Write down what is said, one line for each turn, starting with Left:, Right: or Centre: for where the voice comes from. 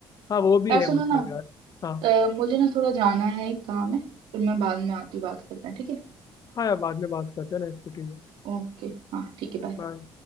Left: हाँ वो भी
Right: यार
Left: है
Right: सुनो
Left: मतलब
Right: ना
Left: यार हाँ
Right: अ, मुझे ना थोड़ा जाना है एक काम है फिर मैं बाद में आती हूँ बात करते हैं ठीक है
Left: हाँ यार बाद में बात करते हैं ना इस पे ठीक है
Right: ओके हाँ ठीक है बाय
Left: बाय